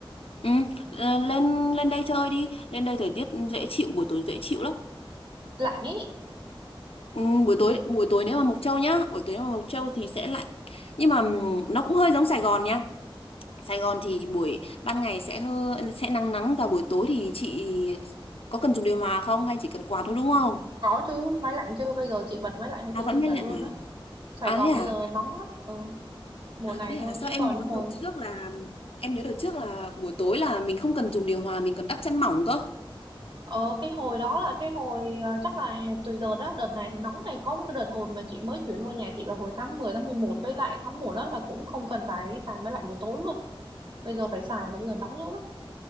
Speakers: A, on the left; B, on the right.
A: Ừ, ờ, lên lên đây chơi đi, lên đây thời tiết dễ chịu, buổi tối dễ chịu lắm.
B: Lạnh ý.
A: Ừ, buổi tối buổi tối nếu mà Mộc Châu nhá, buổi tối nếu mà Mộc Châu thì sẽ lạnh. Nhưng mà ừm, nó cũng hơi giống Sài Gòn nha. Sài Gòn thì buổi ban ngày sẽ hơ sẽ nắng nắng và buổi tối thì chị có cần dùng điều hòa không hay chỉ cần quạt thôi đúng không?
B: Có chứ, máy lạnh chứ Bây giờ chị bật máy lạnh 24
A: À vẫn mát lạnh
B: trên bảy luôn
A: à?
B: á. Sài
A: À
B: Gòn
A: thế à?
B: bây giờ nóng lắm. Ừ. Mùa
A: À
B: này
A: thế
B: thôi
A: à? Sao
B: chứ
A: em
B: còn
A: nhớ
B: hồi
A: đợt trước là em nhớ đợt trước là buổi tối là mình không cần dùng điều hòa, mình còn đắp chăn mỏng cơ.
B: Ờ cái hồi đó là cái hồi ờ, chắc là tùy đợt đó đợt này thì nóng này có một cái đợt hồi mà chị mới chuyển vào nhà chị là hồi tháng 10 tháng 11 với lại tháng 1 đó là cũng không cần phải xài máy lạnh buổi tối luôn bây giờ phải xài rồi bây giờ nóng dữ lắm